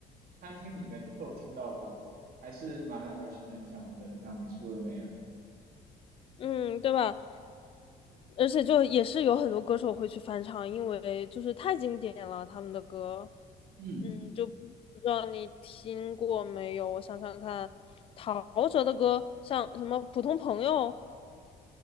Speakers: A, on the right; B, on the left.
A: 餐厅里面都有听到过，还是蛮耳熟能详的，就像你说的那样。
B: 嗯，对吧？而且就也是有很多歌手会去翻唱，因为就是太经典了，他们的歌。
A: 嗯，
B: 嗯，就不知道你听过没有？我想想看，陶喆的歌，像什么《普通朋友》，